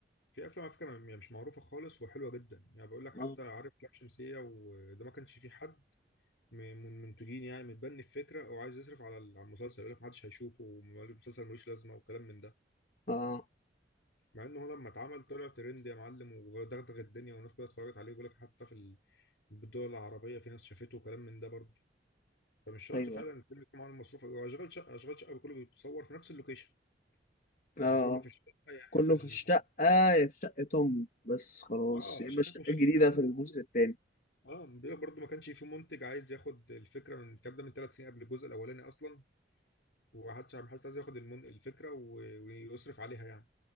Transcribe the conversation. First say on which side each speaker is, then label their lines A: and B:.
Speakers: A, on the left (about 85°); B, on the left (about 50°).
A: في افلام على فكره يعني مش معروفه خالص وحلوه جدا يعني بقول لك حتى
B: اه
A: عارف لام شمسيه وده ما كانش فيه حد م- من المنتجين يعني متبني الفكره او عايز يصرف على ال- على المسلسل يقول لك ما حدش هيشوفه والمسلسل ملوش لازمه وكلام من ده
B: اه آه.
A: مع ان هو لما اتعمل طلع ترند يا معلم ودغدغ الدنيا والناس كلها اتفرجت عليه ويقول لك حتى في ال- الدول العربيه في ناس شافته وكلام من ده برضه فمش شرط
B: أيوه
A: فعلا الفيلم يكون معاه مصروف هو اشغال شقه اشغال شقه كله بيتصور في نفس اللوكيشن
B: اه آه.
A: يعني كله في الشقه يا
B: كله
A: اما في ال-
B: في الشقة
A: مش عارف
B: يا في شقة أمه بس خلاص
A: اه
B: يا إما
A: شقته
B: الشقة
A: مش
B: الجديدة
A: كله.
B: في الموسم التاني
A: اه بيقول لك برضه ما كانش في منتج عايز ياخد الفكره من الكلام ده من ثلاث سنين قبل الجزء الاولاني اصلا وحدش ما حدش عايز ياخد المن... الفكره و... ويصرف عليها يعني